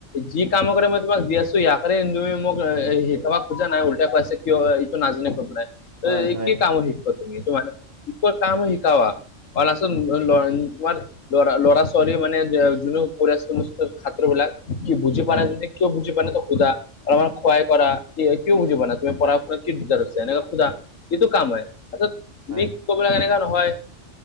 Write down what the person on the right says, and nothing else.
হয় হয় হয় হয়
হয়
হয়